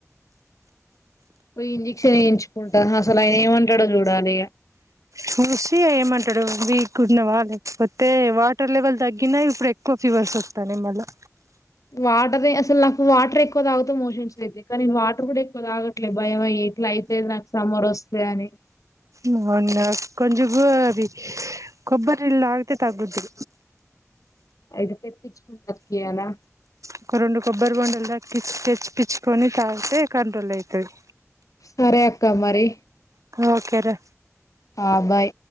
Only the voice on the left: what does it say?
పో ఇంజక్షన్ వేయించుకుంటారు అసలు ఆయన ఏమంటాడో చూడాలి
వాటర్ అసలు నాకు వాటర్ ఎక్కువ తాగుత మోషన్స్ అయితే కా నేను వాటర్ కూడా ఎక్కువ తాగట్లేదు భయంమయ్య ఇట్లా అయితే నాకు సమ్మర్ వస్తే అని
అది తెప్పించుకుకయనా
సరే అక్క మరి
ఆ బాయ్